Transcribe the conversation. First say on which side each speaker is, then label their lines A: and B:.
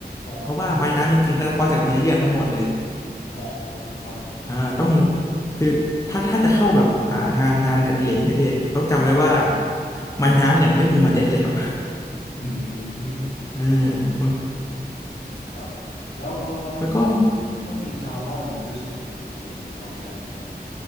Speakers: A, on the left (about 75°); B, on the left (about 20°).
A: อ๋อ
B: เพราะว่าไม้น้ำจริงๆเขาจะเพาะจากเนื้อเยื่อทั้งหมดเลย
A: ครับ อ๋อครับ
B: อ่าต้องคือถ้าถ้าจะเข้าแบบอ่างานงานอดิเรกนะพี่ต้องจำไว้ว่าไม้น้ำเนี่ยไม่มีเมล็ดเลยครับ
A: อืม
B: เออ
A: ครับแล้วแล้วแล้ว
B: แล้วก็
A: ต้องมีคาร์บอนด้วยใช่ไหมเห็นเขาใช้กัน